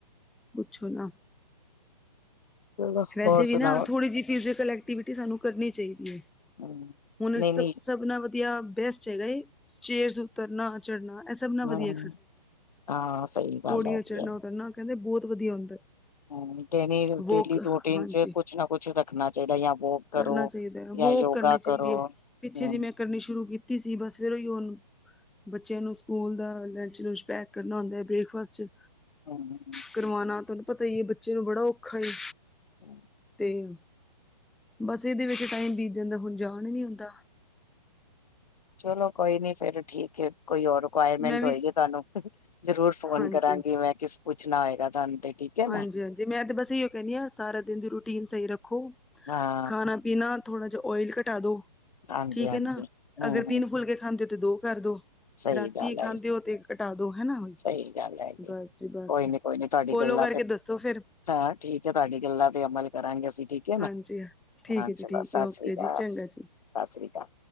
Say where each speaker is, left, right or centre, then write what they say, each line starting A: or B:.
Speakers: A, in the centre; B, on the left.
A: ਪੁੱਛੋ ਨਾ
B: ਚਲੋ
A: ਵੈਸੇ
B: ਹੋਰ
A: ਵੀ
B: ਸੁਣਾਓ
A: ਨਾ ਥੋੜੀ ਜਿ ਫੀਜ਼ੇ ਕਲੈਕਟ ਐਕਟੀਵਿਟੀ ਸਾਨੂੰ ਕਰਨੀ ਚਾਹੀਦੀ ਹੈ
B: ਹਮ
A: ਹੁਣ
B: ਨਹੀਂ
A: ਸਭ
B: ਨਹੀਂ
A: ਨਾਲ ਵਧੀਆ ਬੈਸਟ ਹੈਗਾ ਏ ਚੇਅਰ ਉਤਰਨਾ, ਚੜ੍ਹਨਾ ਸਭ
B: ਹਮ
A: ਵਧੀਆ
B: ਹਾਂ ਸਹੀ ਗੱਲ
A: ਪੌੜੀਆਂ
B: ਹੈਗੀ
A: ਚੜਨਾ
B: ਹੈ
A: ਉਨਾ ਕਹਿੰਦੇ ਬਹੁਤ ਵਧੀਆ ਹੁੰਦਾ
B: <unintelligible>
A: ਵੋਕ
B: ਰਟੀਨ
A: ਹਾਂਜੀ
B: ਚ' ਕੁਛ ਨਾ ਕੁਛ ਰੱਖਣਾ ਚਾਹੀਦਾ ਜਾਂ ਵੋਕ ਕਰੋ
A: ਕਰਨਾ ਚਾਹੀਦਾ ਹੈ
B: ਜਾਂ
A: ਵੋਕ
B: ਯੋਗਾ
A: ਕਰਨੀ ਚਾਹੀਦੀ
B: ਕਰੋ
A: ਹੈ
B: ਹਮ
A: ਪਿੱਛੇ ਜਿਵੇਂ ਕਰਨੀ ਸ਼ੁਰੂ ਕੀਤੀ ਸੀ ਬਸ ਫੇਰੋਂ ਹੀ ਉਹ ਬੱਚਿਆਂ ਨੂੰ ਸਕੂਲ ਦਾ ਲੰਚ-ਲਚ ਪੈਕ ਕਰਨਾ ਹੁੰਦਾ ਹੈ। ਬ੍ਰੇਕਫਾਸਟ
B: <unintelligible>
A: ਕਰਵਾਉਣਾ ਤੁਹਾਨੂੰ ਪਤਾ ਹੈ ਬੱਚੇ ਨੂੰ ਬੜਾ ਔਖਾ ਏ
B: <inaudible>
A: ਤੇ' ਬਸ ਇਹਦੇ ਵਿੱਚ ਟਾਈਮ ਬੀਤ ਜਾਂਦਾ ਹੁਣ ਜਾਣ ਹੀ ਨੀ ਹੁੰਦਾ
B: ਚਲੋ ਕੋਈ ਨੀ ਫੇਰ ਠੀਕ ਹੈ ਕੋਈ ਹੋਰ ਰਿਕੁਆਇਰਮੈਂਟ
A: ਮੈਂ
B: ਹੋਏਗੀ
A: ਵੀ
B: ਤੁਹਾਨੂੰ ਜਰੂਰ ਫੋਨ
A: ਹਾਂਜੀ
B: ਕਰਾਂਗੀ ਮੈਂ ਕਿਸ ਪੁੱਛਣਾ ਹੋਏਗਾ ਤੁਹਾਨੂੰ ਤੇ ਠੀਕ ਹੈ ਨਾ
A: ਹਾਂਜੀ-ਹਾਂਜੀ ਮੈਂ ਤੇ ਬਸ ਇਓ ਕਹਿੰਦੀ ਹਾਂ ਸਾਰਾ ਦਿਨ ਦੀ ਰੂਟੀਨ ਸਹੀ ਰੱਖੋ
B: ਹਾਂ
A: ਖਾਣਾ ਬਿਨਾਂ ਥੋੜਾ ਜਿਹਾ ਓਇਲ ਘਟਾ ਦੋ
B: ਹਾਂਜੀ
A: ਠੀਕ
B: ਹਾਂਜੀ
A: ਹੈ ਨਾ
B: ਹਮ
A: ਅਗਰ
B: ਹਮ
A: ਤਿੰਨ ਫੁਲਕੇ ਖਾਂਦੇ ਤੇ ਦੋ ਕਰ ਦੋ
B: ਸਹੀ
A: ਰਾਤੀ
B: ਗੱਲ
A: ਖਾਂਦੇ
B: ਹੈ
A: ਹੋ ਤੇ ਕਟਾ ਦੋ ਹਨਨਾ ਉਈ
B: ਸਹੀ ਗੱਲ ਹੈਗੀ
A: ਬਸ ਜੀ ਬਸ
B: ਕੋਈ ਨੀ ਕੋਈ ਨੀ ਤੁਹਾਡੀ
A: ਫੋਲੋ
B: ਗੱਲਾਂ
A: ਕਰਕੇ
B: ਤੇ
A: ਦੱਸੋ ਫਿਰ
B: ਹਾਂ ਠੀਕ ਹੈ ਤੁਹਾਡੀ ਗੱਲਾਂ ਤੇ ਅਮਲ ਕਰਾਂਗੇ ਅਸੀਂ ਠੀਕ ਕਿ ਨਾ
A: ਹਾਂਜੀ ਠੀਕ
B: ਹਾਂ
A: ਹੈ
B: ਚਲੋ
A: ਜੀ ਠੀਕ
B: ਸਤਿ
A: ਹੈ ਓਕੇ
B: ਸ਼੍ਰੀ ਅਕਾਲ-ਸਤਿ
A: ਜੀ ਚੰਗਾ ਜੀ
B: ਸ਼੍ਰੀ ਅਕਾਲ